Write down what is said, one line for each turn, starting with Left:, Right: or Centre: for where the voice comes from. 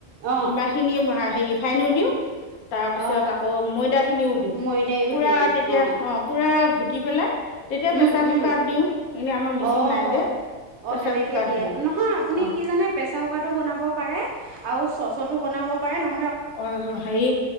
Right: অ
Left: সিমাখিনি হেৰি ৰিফাইনো দিওঁ। তাৰপিছত
Right: অ
Left: আকৌ ময়দাখিনিও দিওঁ।
Right: ময়দায়ো
Left: পূৰা
Right: দিয়
Left: তেতিয়া
Right: অ
Left: অঁ পূৰা ঘুটি পেলাই, তেতিয়া
Right: উম
Left: প্ৰেছাৰ কুকাৰত
Right: উম
Left: দিওঁ। এনেই আমাৰ মেচিন
Right: অ
Left: নাই যে।
Right: অ
Left: প্ৰেছাৰ
Right: তেনেকে
Left: কুকাৰত
Right: দিয়ে,
Left: দিওঁ
Right: নহয় আপুনি
Left: অঁ
Right: কি জানে! প্ৰেচাৰ কুকাৰটো বনাব পাৰে। আৰু চ'চতো বনাব পাৰে। ন
Left: অ হেৰি,